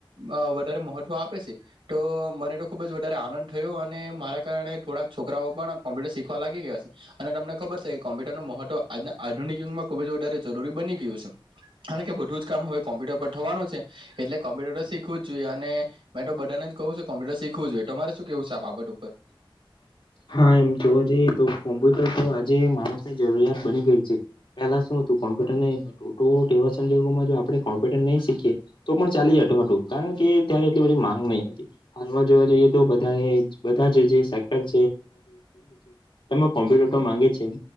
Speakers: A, on the right; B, on the left.
A: અ વધારે મહત્વ આપે છે તો મને તો ખુબ જ વધારે આનંદ થયો અને મારા કારણે થોડાક છોકરાઓ પણ કોમ્પ્યુટર શીખવા લાગી ગયા છે અને તમને ખબર છે કે કોમ્પ્યુટર નનું મહત્વના આધુ આધુનિક યુગમાં ખુબ જ વધારે જરૂરી બની ગયું છે કારણ કે કામ હવે કોમ્પ્યુટર પર થવાનું છે, એટલે કોમ્પ્યુટર શીખવું જ જોઈએ અને મેં તો બધાને જ કહ કોમ્પ્યુટર શીખવું જોઈએ તમારે શું કેવું છે, આ બાબત ઉપર.
B: હા એમ જોવા જઈએ તો કોમ્પ્યુટર તો આજે માણસની જરૂરિયાત બની ગઈ છે, પેલા. કોમ્પ્યુટર ન એવા સંજોગોમાં જો આપણે કોમ્પ્યુટર નહી શીખીએ તો પણ ચાલી જત હતું. કે ત્યારે એટલી બધી માંગ નહી હતી હાલમાં જોવા જઈએ તો બધા બધા જ જે સેક્ટર. <unintelligible> છે, એ કોમ્પ્યુ માંગે છે, ત